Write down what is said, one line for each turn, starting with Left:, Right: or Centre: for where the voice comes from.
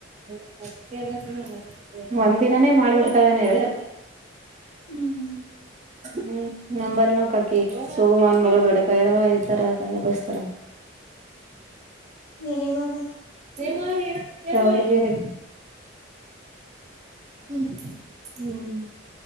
Right: ಹ ಕೇರಳ ನ ಒಂದಿನಾನೇ ಮಾಡ್ಬಿಡ್ತಾಳನೆ ಎರಡು
Left: ಹ್ಮ್
Right: ಹ್ಮ ನಂಬಲ್ನ ಕಕಿ ಸಗಮ ಅವನ್ ಮಗಳು ದೊಡ್ಡಕ ಹೇಳಡವ ಇತರಾಯ ಬಸ್ತಾರ
Left: ಎಲ್ಲಿಗ್ ಹೋಗ್ಬೇಕ
Right: ಹಾ ಥಾವ್ರ್ಗೆರೆ ಹ್ಮ್ ಹ್ಮ್